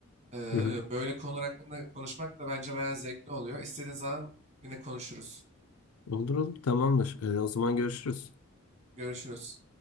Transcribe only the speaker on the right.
Ee,
böyle konular hakkında konuşmak da bence bayağı zevkli oluyor. İstediğin zaman yine konuşuruz.
Görüşürüz.